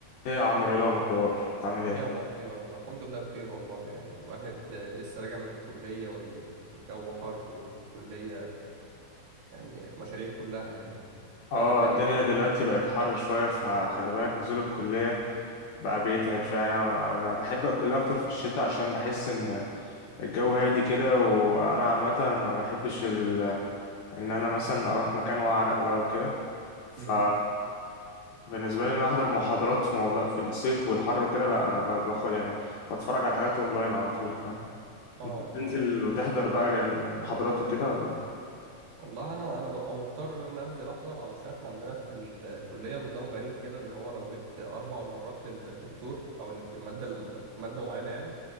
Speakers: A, on the left (about 70°); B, on the right (about 80°).
A: ايه يا عمرو ايه الاخبار بتعمل ايه
B: يا مارك ايه الاخبار الحمد لله بخير والله يعني واحد آه، لسه راجع من الكليه وال... والجو حر والكليه يعني مشاريع كلها يعني
A: اه
B: هلا بائس
A: الدنيا دلوقتي بقت حر شويه فخلي بالك نزول الكليه بقى بيتعب شويه انا انا بحب الكليه اكتر في الشتاء عشان بحس ان الجو هادي كده وانا عامه ما بحبش ال... ان انا مثلا اروح مكان واعرق بقى وكده ف
B: امم
A: بالنسبه لي ان أنا احضر محاضرات في موضوع في الصيف والحر وكده لا انا ب- باخد يعني بتفرج على حاجات اونلاين على طول فاهم
B: اه
A: انت بتنزل
B: اه
A: وتحضر بقى المحاضرات وكده ولا
B: والله انا انا ببقى مضطر ان أنا انزل احضر علشان احنا عندنا في الكليه نظام غريب كده اللي هو لو غبت اربع مرات للدكتور او في الماده الم... في ماده معينه يعني